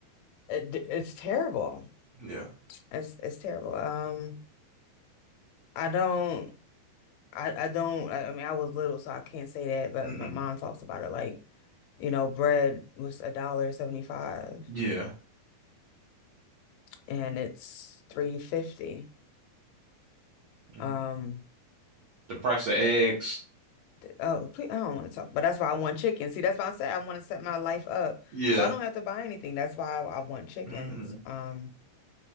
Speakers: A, on the left (about 85°); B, on the right (about 70°).
A: it, it's terrible.
B: Yeah.
A: It's it's terrible. Um I don't I, I don't I, I mean I was little so I can't say that, but
B: Mm.
A: my mom talks about it like, you know, bread was a dollar seventy five
B: Yeah.
A: and it's three fifty.
B: Mm.
A: Um
B: The price of eggs. <laughs>
A: Oh, please, I don't want to talk, but that's why I want chicken. See, that's why I said I want to set my life up
B: Yeah.
A: so I don't have to buy anything. That's why I, I want chickens.
B: Mm.
A: Um,